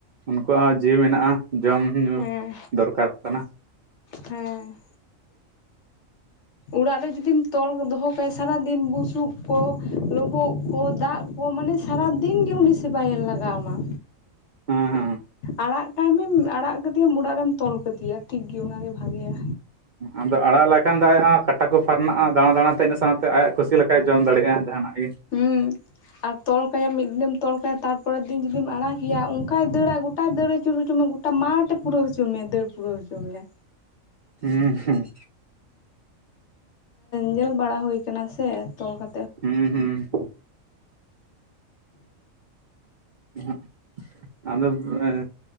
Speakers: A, on the right; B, on the left.
A: ᱩᱱᱠᱩᱣᱟᱜ ᱦᱚᱸ ᱡᱤᱣᱤ ᱢᱮᱱᱟᱜᱼᱟ ᱡᱚᱢ ᱧᱩ
B: ᱦᱮᱸ
A: ᱫᱚᱨᱠᱟᱨᱚᱜ ᱠᱟᱱᱟ
B: ᱦᱮᱸ ᱚᱲᱟᱜ ᱨᱮ ᱡᱩᱫᱤᱢ ᱛᱚᱞ ᱫᱚᱦᱚ ᱠᱟᱭᱟ ᱥᱟᱨᱟ ᱫᱤᱱ ᱵᱩᱥᱩᱵ ᱠᱚ ᱞᱳᱵᱳᱜ ᱠᱚ ᱫᱟᱜ, ᱦᱚ ᱢᱟᱱᱮ ᱥᱟᱨᱟ ᱫᱤᱱ ᱜᱮ ᱩᱱᱤ ᱥᱮᱵᱟᱭᱮ ᱞᱟᱜᱟᱣᱟᱢᱟ
A: ᱦᱮᱸ ᱦᱮᱸ
B: ᱟᱲᱟᱜ ᱠᱟᱭ ᱢᱮ ᱟᱲᱟᱜ ᱠᱟᱮᱭᱟ ᱚᱲᱟᱜ ᱨᱮᱢ ᱛᱚᱞ ᱠᱮᱫᱮᱭᱟ ᱴᱷᱤᱠ ᱜᱮ ᱚᱱᱟ ᱜᱮ ᱵᱷᱟᱜᱮᱭᱟ
A: ᱟᱫᱚ ᱟᱲᱟᱜ ᱞᱮᱠᱷᱟᱱ ᱫᱚ ᱟᱡ ᱦᱚᱸ ᱠᱟᱴᱟ ᱠᱚ ᱯᱷᱟᱨᱱᱟᱜᱼᱟ ᱫᱟᱬᱟ ᱫᱟᱬᱟ ᱛᱮ ᱤᱱᱟᱹ ᱥᱟᱶ ᱛᱮ ᱟᱭᱟᱜ ᱠᱩᱥᱤ ᱞᱮᱠᱟᱭ ᱡᱚᱢ ᱫᱟᱲᱮᱭᱟᱜᱼᱟ ᱡᱟᱦᱟᱱᱟᱜ ᱜᱮ᱾
B: ᱦᱩᱸ ᱟᱨ ᱛᱚᱞ ᱠᱟᱭᱟᱢ ᱢᱤᱫ ᱫᱤᱱᱮᱢ ᱛᱚᱞ ᱠᱟᱭᱟ ᱛᱟᱨ ᱯᱚᱨᱮᱨ ᱫᱤᱱ ᱡᱩᱫᱤᱢ ᱟᱲᱟᱜ ᱮᱭᱟ ᱚᱱᱠᱟᱭ ᱫᱟᱹᱲ-ᱟ ᱜᱚᱴᱟᱭ ᱫᱟᱹᱲ ᱟᱹᱪᱩᱨ ᱦᱚᱪᱚ ᱢᱮᱭᱟ᱾ ᱜᱚᱴᱟ ᱢᱟᱴᱷ ᱯᱩᱨᱟᱹᱣ ᱦᱚᱪᱚ ᱢᱮᱭᱟ ᱫᱟᱹᱲ ᱯᱩᱨᱟᱹᱣ ᱦᱚᱪᱚ ᱢᱮᱭᱟ᱾
A: ᱦᱮᱸ ᱦᱩᱸ
B: ᱧᱮᱞ ᱵᱟᱲᱟ ᱦᱩᱭ ᱠᱟᱱᱟ ᱥᱮ ᱛᱚᱞ ᱠᱟ
A: ᱦᱩᱸ ᱦᱩᱸ ᱩᱦᱩᱜ ᱟᱫᱚ ᱮᱸᱻ